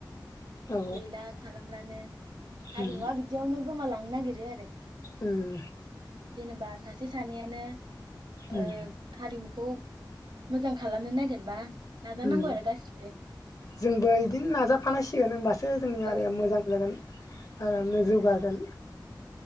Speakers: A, on the left; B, on the right.
A: औ
B: गैला खालामब्लानो हारिमुवा
A: उम
B: बिदियावनो गोमालां थांनो नागिरो आरो
A: उम
B: जेनेबा सासे सानैयानो
A: उम
B: ओ हारिमु खौ मोजां खालामनो नागिरबा नाजानांगौ
A: ओम
B: आरो गासिबो
A: जोंबो इदिनो नाजाफानांसिगोन होमबा एसे जोंनि हारिया
B: औ
A: मोजां जागोन आरामनो जौगागोन
B: उम